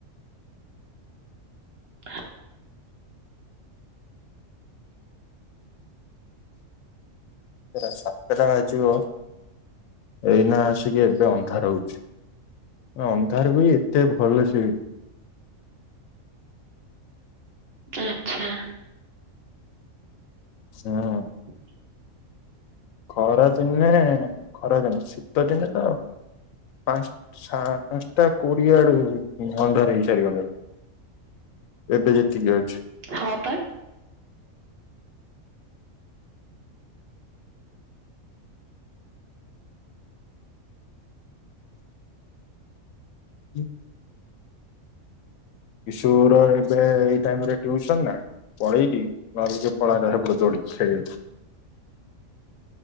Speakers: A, on the right; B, on the left.
A: <inaudible>
B: ସେ ସାତ ଟା ଆ ଯିବ। ଏଇନା ଆସିକି ଏବେ ଅନ୍ଧାର ହଉଛି। ଅନ୍ଧାରକୁ ଏତେ ଭଲ ସେ।
A: ଆଚ୍ଛା।
B: ହଁ।
A: <inaudible>
B: ଖରାଦିନେ ଖରାଦିନେ ଶୀତ ଦିନେ ତ ପାଞ୍ଚ ପାଞ୍ଚଟା କୋଡିଏ ଆଡୁ ଅନ୍ଧାର ହେଇସାରିବଣି। ଏବେ ଯେତିକି ଅଛି।
A: ହଁ ପା
B: <unintelligible> କିଶୋର ଏବେ ଏଇ ଟାଇମରେ ଟ୍ୟୁସନ ନା। ପଳେଇକି <inaudible> ସେପ <unintelligible> ଚଢ଼ିଚି।